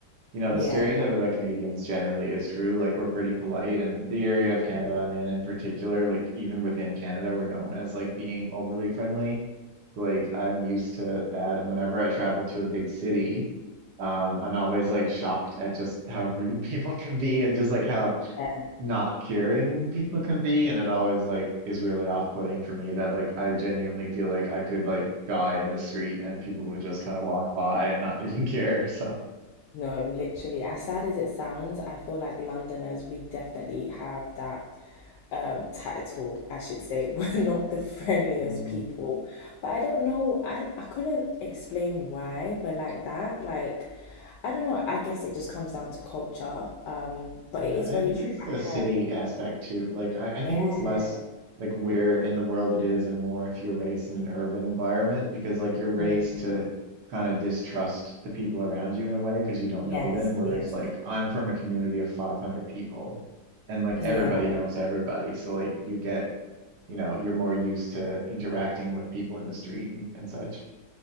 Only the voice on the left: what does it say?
Yeah.
Yeah.
Yeah.
No, literally. As sad as it sounds, I feel like Londoners, we definitely have that um title, I should say. <laughs> We're not the friendliest
people. But I don't know, I, I couldn't explain why we're like that. Like, I don't know, I guess it just comes down to culture. Um, but
it is
very
true.
I
have,
yeah.
Mm,
yes,
yes.
Yeah.